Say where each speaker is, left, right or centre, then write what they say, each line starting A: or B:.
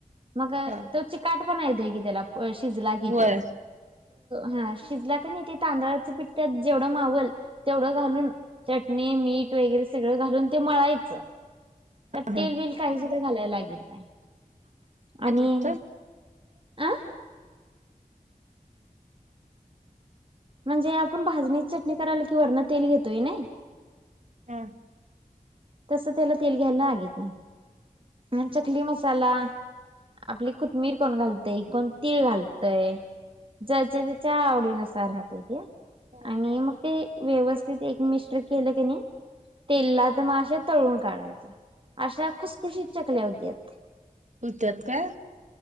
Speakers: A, on the right; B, on the right.
A: मग
B: हा
A: तो चीकाटपना येतोय की त्याला शिजला कि
B: होय
A: त्यो हा शिजला कणी ते तांदळाच पीठ त्यात जेवढ मावल तेवढं घालून चटणी, मीठ वगैरे सगळं घालून ते मळायच त्यात
B: हा
A: तेल बील काही सुद्धा घालाय लागित नाई आणि
B: तुमचं
A: अ म्हणजे आपण भाजणी चटणी करायल की वरण तेल घेतोय नई
B: ह
A: तस त्याला तेल घ्याय लागीत नाही अन् चकली मसाला आपली कुतमीर कोण घालतय कोण तीळ घालतय ज्याच्या त्याच्या आवडीनुसार राहतय ते
B: होय
A: आणि
B: होय
A: मग ते व्यवस् तीत एकमिश्र केल कणी तेलात तळून काढायच्या अशा खुसखुशीत चकल्या हुत्यात
B: हुत्यात काय